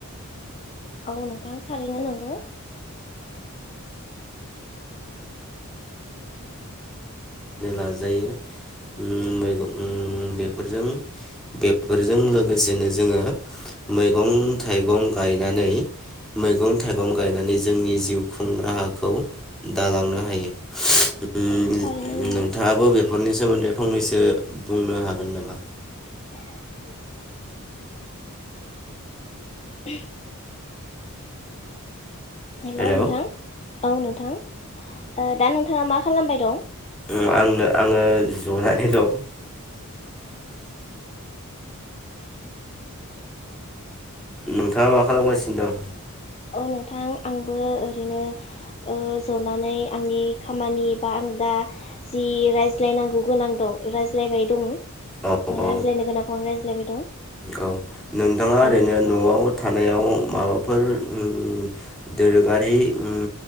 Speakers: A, on the left; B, in the centre.
A: औ नोंथां थारैनो नंगौ
B: लाजायो ओम मैगं ओम बेफोरजों बेफोरजों लोगोसेनो जोङो मैगं थाइ गं गायनानै मैगं थाइगं गायनानै जोंनि जिउ खुं राहा खौ दालांनो हायो ओम
A: थारैनो नंगौ
B: नोंथाङाबो बेफोरनि सोमोन्दै फंनैसो <unintelligible> बुंनो हागोन नामा?
A: <inaudible> हेल'
B: हेलौ
A: नोंथां औ नोंथां ओ दा नोंथाङा मा खालामबाय दं?
B: उम आंनो आङो <unintelligible>
A: <inaudible>
B: नोंथाङा मा खालामगासिनो दं?
A: औ नोंथां आंबो ओरैनो ओ जनानै आंनि खामानि बा आं दा जि रायज्लायनांगौ गोनां दं रायज्लायबाय <unintelligible> ओ
B: औ
A: रायज्लायनो
B: औ
A: गोनांखौ आं रायज लायबाय दं।
B: औ नोंथाङा ओरैनो
A: औ नोंथां
B: न'आव थानायाव माबा फोर उम दोरोङारि उम